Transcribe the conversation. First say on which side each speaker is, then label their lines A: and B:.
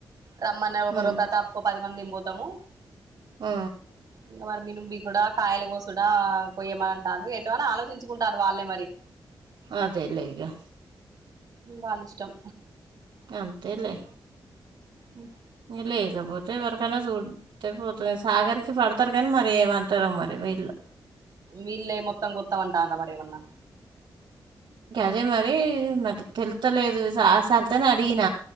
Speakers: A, on the right; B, on the right.
A: రమ్మన్న ఒకరు
B: హ్మ్
A: ప్రతాప్ కు పది మంది మీ పోతము
B: ఆ
A: ఇంకా మరి మినుంబి కూడా కాయల కోసుడా కొయ్యమంటారు ఎటుఅని ఆలోచించుకుంటాన్రు వాళ్ళే మరి
B: అదే లే ఇగా
A: వాళ్ళ ఇష్టం
B: అంతలే
A: మ్మ్
B: లేకపోతే ఎవరికైనా చూడితే పోతుంది సాగర్కి పడతారు కానీ మరి ఏమంటారో మరి వీల్లు
A: వీళ్ళే మొత్తం గోత్తమంటాన్ర మారేమన్నా
B: అదే మరి మరి తెలుత్తలేదు సరిత ను అడిగిన